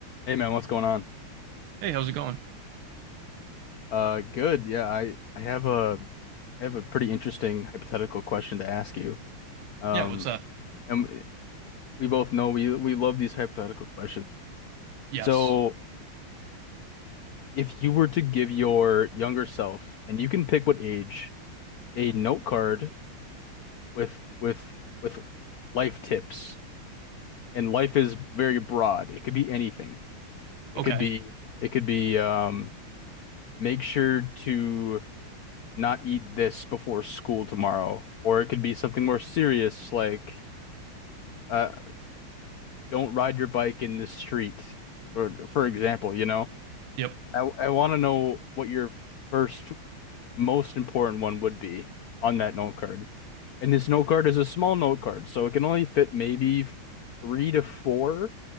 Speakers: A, on the left; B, on the right.
A: Hey man, what's going on?
B: Hey, how's it going?
A: Uh, good. Yeah, I I have a I have a pretty interesting hypothetical question to ask you. Um,
B: Yeah, what's that?
A: and we both know we we love these hypothetical questions.
B: Yes.
A: So, if you were to give your younger self, and you can pick what age, a note card with with with life tips, and life is very broad. It could be anything.
B: Okay.
A: It could be it could be um, make sure to not eat this before school tomorrow. Or it could be something more serious like uh don't ride your bike in this street or for example, you know.
B: Yep.
A: I I want to know what your first most important one would be on that note card. And this note card is a small note card, so it can only fit maybe three to four